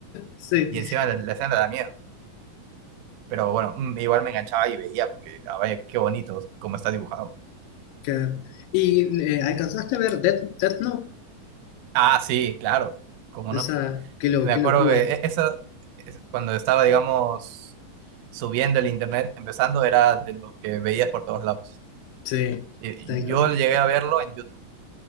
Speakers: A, on the left; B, on the right.
A: sí,
B: Y encima la, la escena da miedo. Pero bueno, mm, igual me enganchaba y veía, porque, a ver, qué bonito cómo está dibujado.
A: claro. ¿Y eh, alcanzaste a ver Death, Death Note?
B: Ah, sí, claro, cómo
A: Esa,
B: no.
A: qué, lo,
B: Me
A: qué
B: acuerdo
A: locura.
B: que e- esa, es- cuando estaba, digamos... subiendo el internet, empezando, era de lo que veías por todos lados.
A: Sí,
B: Eh,
A: tal
B: Yo
A: cual.
B: llegué a verlo en YouTube.